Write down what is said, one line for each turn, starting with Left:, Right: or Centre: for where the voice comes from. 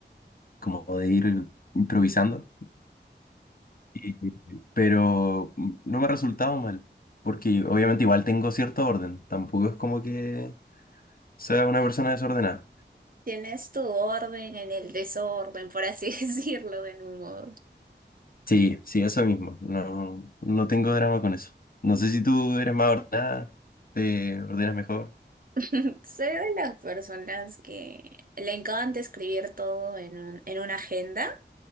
Left: como de ir improvisando. Y- pero no me ha resultado mal. Porque obviamente igual tengo cierto orden. Tampoco es como que sea una persona desordenada.
Right: Tienes tu orden en el desorden, por así <laughs> decirlo, de algún modo.
Left: Sí, sí, eso mismo. No, no tengo drama con eso. No sé si tú eres más ordenada, te ordenas mejor.
Right: <laughs> Soy de las personas que le encanta escribir todo en un- en una agenda.